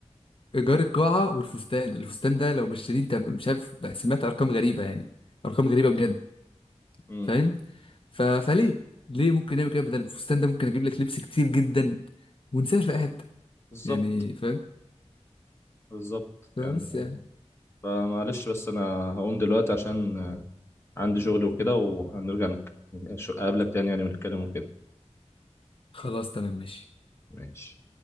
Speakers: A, on the left; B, on the left.
A: ايجار القاعه والفستان الفستان ده لو مش شاريه انت مش عارف بقى سمعت ارقام غريبه يعني ارقام غريبه بجد
B: امم
A: فاهم ف... فليه ليه ممكن نعمل كده بدل الفستان ده ممكن اجيب لك لبس كتير جدا ونسافر في أي حته
B: بالظبط
A: يعني فاهم
B: بالظبط
A: بس
B: يعني
A: يعني
B: فمعلش بس انا هقوم دلوقتي عشان عندي شغل وكده وهنرجع نك- نش- اقابلك تاني يعني ونتكلم وكده
A: خلاص تمام ماشي
B: ماشي